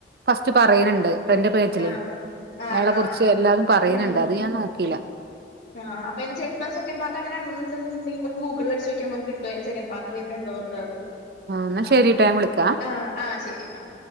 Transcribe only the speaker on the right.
ഫസ്റ്റ് പറയണ് ണ്ട് ഫ്രണ്ട് പേജിലെ
അയാളെ
കുറി പക്ഷെ എല്ലാവരും പറയണ്
ണ്ട് അത് ഞാൻ നോക്കീല
എന്നാ
ശരിട്ടോ ഞാൻ വിളിക്കാ